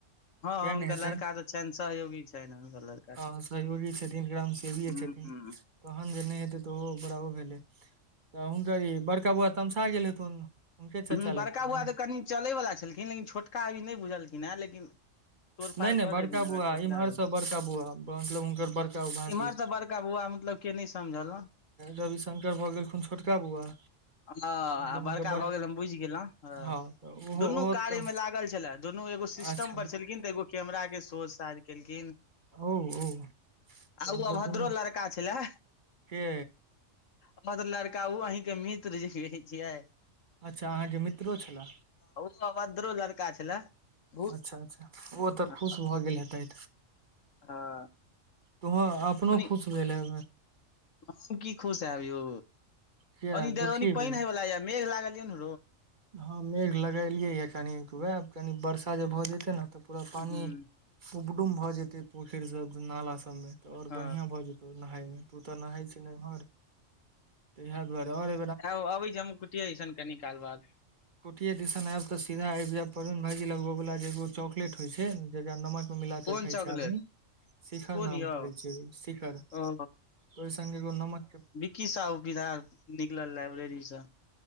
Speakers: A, on the left (about 75°); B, on the right (about 40°).
A: हँ
B: किया
A: हँ हुनकर
B: नहि हेतै
A: लड़का तऽ छनि सहयोगी छनि हुनकर लड़का छोटका
B: हँ सहयोगी छथिन ग्राम सेवीए
A: हूँ
B: छथिन तहन जे नहि हेतै तऽ ओहो बड़ा ओ भेलै तऽ हुनकर ई बड़का बौआ तमसा गेल हेथुन हुनके चचा
A: हँ
B: लगथिन
A: बड़का बुआ
B: ने
A: तऽ कनि चलयवला छलखिन लेकिन छोटका अभी नहि बुझलखिन हेँ लेकिन तोड़ फाड़
B: नहि नहि
A: कऽ
B: बड़का
A: देथिन अगर
B: बौआ
A: छोटका
B: इम्हर
A: हो
B: से बड़का बौआ मतलब हुनकर बड़का भातिज
A: इम्हरसँ बड़का बौआ मतलब के नहि समझल
B: रवि शंकर भऽ गेलखुन छोटका बौआ
A: ह आ
B: मतलब हुनकर
A: बड़का भऽ गेल हम बुझि गेल ह
B: हँ तऽ ओहो
A: दुनू
B: ओहो
A: कार्य
B: तऽ
A: में लागल छलए दुनू एगो सिस्टम
B: अच्छा
A: पर छलेलखिन तऽ एगो कैमरा के सो साज केलखिन
B: ओ ओ तऽ
A: आउ
B: मतलब
A: अभद्र
B: दुनू
A: लड़का छलै
B: के
A: अभद्र लड़का ओ अहींके मित्र जे छियै
B: अच्छा अहाँके मित्रो छलए
A: ओ अभद्रो लड़का छले बहुत
B: अच्छा अच्छा ओ तऽ
A: हँ
B: खुश भऽ गेल हेतथि
A: हँ
B: तोह अपनो
A: ओनी
B: खुश भेलै
A: हम की खुश हयब यौ
B: किया
A: पानि
B: दुखी भेल
A: हें वाला य मेघ लागल ये ने
B: हँ मेघ लगेलियै य कनी उएह कनि वर्षा जे भऽ जेतै ने तऽ पूरा
A: हूँ
B: पनि उबडुम भऽ जेतै पोखरि सब नाला सब तऽ और
A: ह
B: बढ़ियां भए जेतौ नहााय मे तू तऽ नहाय छी नहर त इ दुआरे ओर
A: आ अबै ज कुटिय इसन कनि काल बाद
B: कोटि दिन आब तऽ सीधा आबि जाय भागी लगबयवला जेगो चॉकलेट होइ छै जेकरा नमक में मिला
A: कोन
B: के खाय
A: चॉकलेट
B: छै आदमी शिखर
A: कोन
B: नाम
A: यौ
B: पड़ छै शिखर
A: ओ
B: वे संगे एगो नमक
A: की सा सुविधा निकलल लाइब्रेरीसँ